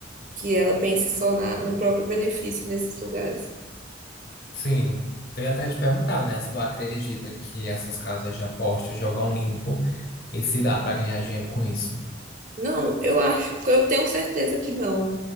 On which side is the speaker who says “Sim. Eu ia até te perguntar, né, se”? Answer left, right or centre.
Left